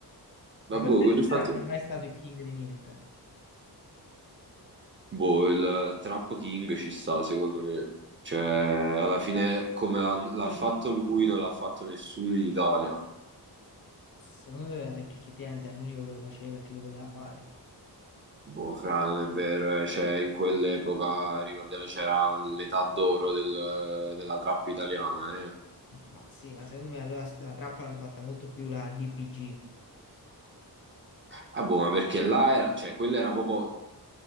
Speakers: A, on the left; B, on the right.
A: Ma per
B: boh,
A: me
B: quello
A: Sfera
B: il fatto-
A: non è mai stato il king di niente.
B: boh, il Trap King ci sta secondo me, cioè alla fine come l'ha l'ha
A: Lo
B: fatto
A: faceva-
B: lui non l'ha fatto nessuno in Italia,
A: Secondo me era perché effettivamente era l'unico che lo faceva e che lo voleva fare.
B: boh, fra, non è vero, eh, cioè in quell'epoca ricordiamo c'era l'età d'oro del- della trap italiana, eh.
A: Ma sì, ma secondo me allora la trappola l'hanno fatta molto più la DPG.
B: Ah, boh, ma perché là era, cioè, quello era proprio,